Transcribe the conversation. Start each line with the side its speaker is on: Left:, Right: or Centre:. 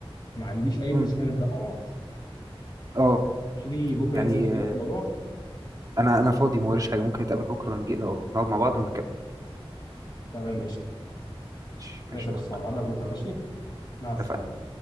Left: ما عنديش اي
Right: مم،
Left: مشكله نبدا مع بعض
Right: آه.
Left: فاضي بكره
Right: يعني
Left: ننزل نتكلم
Right: آه،
Left: في الموضوع
Right: انا انا فاضي ما وريش حاجة ممكن نتقابل بكرة ونجي اه نقعد مع بعض ونتكلم
Left: تمام قشطه
Right: ماشي
Left: ماشي
Right: ماشي
Left: يا ابو
Right: يا
Left: الصحاب
Right: حب.
Left: اقابلك بكره ماشي مع السلامة
Right: اتفقنا